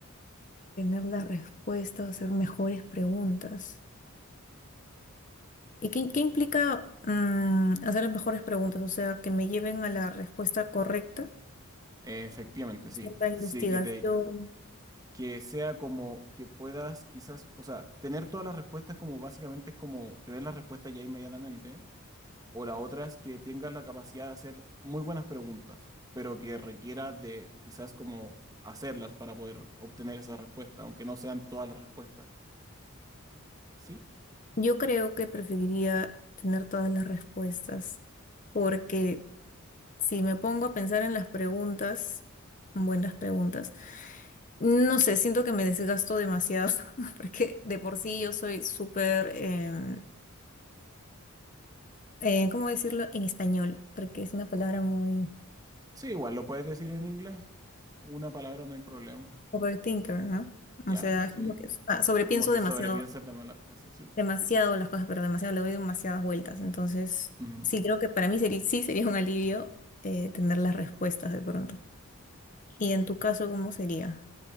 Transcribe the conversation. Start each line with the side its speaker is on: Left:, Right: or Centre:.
Left: tener la respuesta o hacer mejores preguntas. ¿Y qué, qué implica mm, hacer las mejores preguntas? O sea, que me lleven a la respuesta correcta
Right: Eh, efectivamente, sí.
Left: acerca de
Right: Sí,
Left: investigación.
Right: que te, que sea como que puedas quizás, o sea, tener todas las respuestas como básicamente es como tener las respuestas ya inmediatamente O la otra es que tengas la capacidad de hacer muy buenas preguntas, pero que requiera de quizás como hacerlas para poder obtener esa respuesta, aunque no sean todas las respuestas. ¿Sí?
Left: Yo creo que preferiría tener todas las respuestas, porque si me pongo a pensar en las preguntas, buenas preguntas, no sé, siento que me desgasto demasiado, <laughs> porque de por sí yo soy súper, em, eh, ¿cómo decirlo en español? Porque es una palabra muy
Right: Sí, igual lo puedes decir en inglés. Una palabra no hay problema.
Left: Overthinker, ¿no?
Right: Ya,
Left: O sea,
Right: sí.
Left: es como que ah, sobrepienso
Right: Como que
Left: demasiado,
Right: sobrepienses de las cosas, ¿sí?
Left: demasiado las cosas, pero demasiado le doy demasiadas vueltas. Entonces,
Right: Ujú.
Left: sí, creo que para mí sería, sí sería un alivio eh, tener las respuestas de pronto. ¿Y en tu caso, cómo sería?